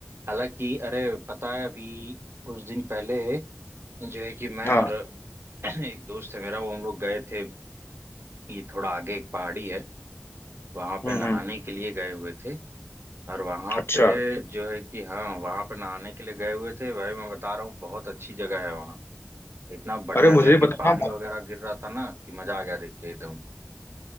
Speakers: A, on the right (about 75°); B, on the left (about 70°).
A: हालांकि अरे पता है अभी कुछ दिन पहले जो है कि मैं
B: हाँ
A: और <clears throat> एक दोस्त है मेरा वो हम लोग गए थे ये थोड़ा आगे एक पहाड़ी है वहां पे
B: हम्म
A: नहाने
B: हम्म
A: के लिए गए हुए थे और वहां
B: अच्छा
A: पे जो है कि हाँ वहां पे नहाने के लिए गए हुए थे भाई मैं बता रहा हूँ बहुत अच्छी जगह है वहाँ इतना बढ़िया
B: अरे मुझे
A: जो है कि
B: बताना
A: पानी वगैरह गिर रहा था ना कि मजा आ गया देख के एकदम